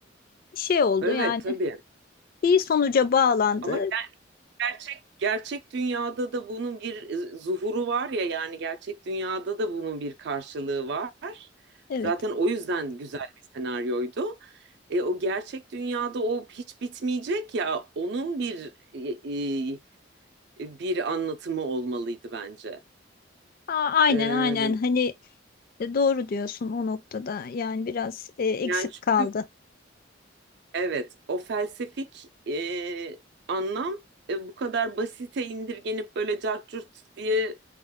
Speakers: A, on the left; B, on the right.
A: şey oldu
B: Evet
A: yani
B: tabii.
A: iyi sonuca bağlandı
B: Ama gerçek gerçek dünyada da bunun bir e, zuhuru var ya yani gerçek dünyada da bunun bir karşılığı var.
A: evet.
B: Zaten o yüzden güzel bir senaryoydu. E, o gerçek dünyada o hiç bitmeyecek ya onun bir e, e, bir anlatımı olmalıydı bence.
A: Aa, aynen
B: E,
A: aynen hani e, doğru diyorsun o noktada yani biraz e, eksik
B: yani çünkü
A: kaldı.
B: Evet, o felsefik e, anlam e, bu kadar basite indirgenip böyle cart curt diye